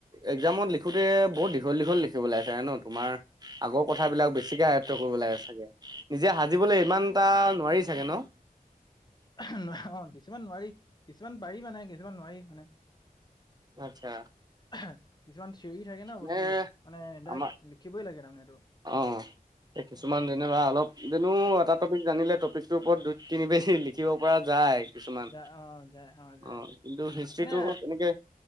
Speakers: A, on the right (about 25°); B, on the left (about 30°).
A: এক্জামত লিখোতে বহুত দীঘল দীঘল লিখিব ওলাইছে ন তোমাৰ আগৰ কথাবিলাক বেছিকে কৰিব লাগে চাগে নিজে সাজিবলৈ ইমান এটা নোৱাৰি চাগে ন
B: অ কিছুমান নোৱাৰি কিছুমান পাৰি মানে কিছুমান নোৱাৰি মানে
A: আচ্ছা
B: কিছুমান থিয়ৰি থাকে ন
A: মানে
B: বস্তুতটো মানে ডাইৰেক্ট
A: আমাৰ
B: লিখিবই লাগে তাৰমানে সেইটো।
A: অ কিছুমান
B: উম
A: যেনিবা অলপ যেনো এটা টপিক জানিলে টপিক ইবত দুই তিন বজি লিখিব পৰা যায় কিছুমান
B: যা অ যায় যায়
A: অ
B: যায়
A: কিন্তু হিষ্ট্ৰ্ৰীটো
B: মানে
A: তেনেকে